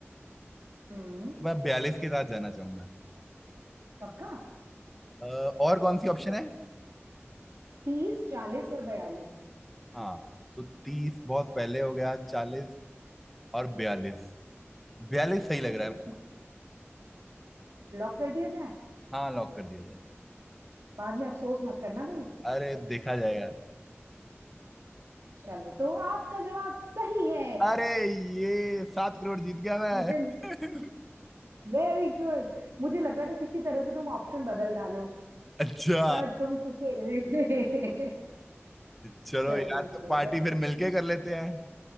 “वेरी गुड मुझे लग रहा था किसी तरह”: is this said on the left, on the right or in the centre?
Right